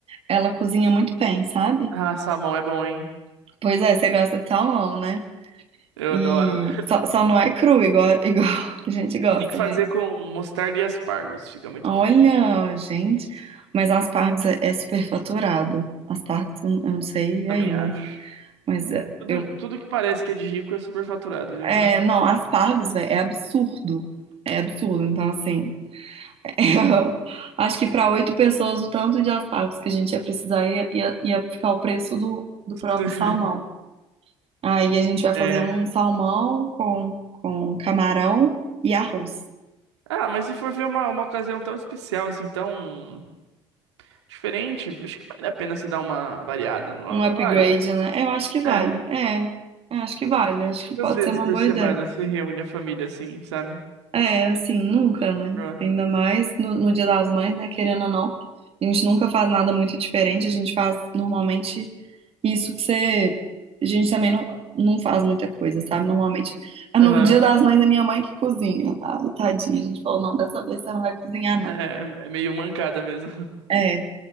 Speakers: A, on the right (about 40°); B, on the right (about 75°).
A: ela cozinha muito bem, sabe?
B: Ah, salmão é bom, hein?
A: Pois é, você gosta de salmão, né?
B: Eu
A: E
B: adoro.
A: só, só não é cru, igual, <laughs> igual a gente gosta,
B: Tem que fazer
A: mas.
B: com mostarda e aspargos, fica muito
A: Olha,
B: bom.
A: gente, mas aspargos é, é superfaturado. Aspargos, eu eu não sei
B: Também
A: aí, mas,
B: acho.
A: mas é,
B: Tudo,
A: eu.
B: tudo que parece que é de rico é superfaturado, viu,
A: É,
B: bro?
A: não, aspargos, velho, é absurdo. É absurdo, então assim. Eu acho que para oito pessoas, o tanto de aspargos que a gente ia precisar ia, ia, ia ficar o preço do, do próprio
B: <laughs>
A: salmão. Aí a gente vai fazer
B: É.
A: um salmão com, com camarão e arroz.
B: Ah, mas se for ver uma, uma ocasião tão especial, assim, tão. diferente, acho que vale a pena se dar uma variada, não,
A: Um upgrade,
B: não vale?
A: né? Eu acho que vale.
B: É.
A: É, eu acho que vale. Acho
B: Quantas
A: que pode
B: vezes
A: ser uma
B: por
A: boa
B: semana
A: ideia.
B: se reúne a família assim, sabe?
A: É, assim, nunca, né?
B: Pra-
A: Ainda mais no, no Dia das Mães, né? Querendo ou não, a gente nunca faz nada muito diferente, a gente faz normalmente isso que você. A gente também não, não faz muita coisa, sabe? Normalmente, ah, no
B: Aham.
A: Dia das
B: <laughs>
A: Mães é minha mãe que cozinha. Ai, tadinha, a gente falou, não, dessa vez você não vai cozinhar,
B: É,
A: não.
B: é meio mancada mesmo.
A: É,